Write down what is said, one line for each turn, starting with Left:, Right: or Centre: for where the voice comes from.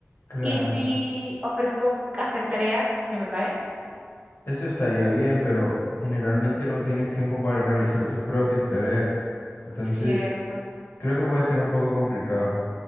Left: Claro.
Right: Y si ofrezco hacer tareas y que me paguen,
Left: Eso estaría bien, pero generalmente no tienes tiempo para realizar tus propias tareas. Entonces,
Right: cierto,
Left: creo que puede ser un poco complicado.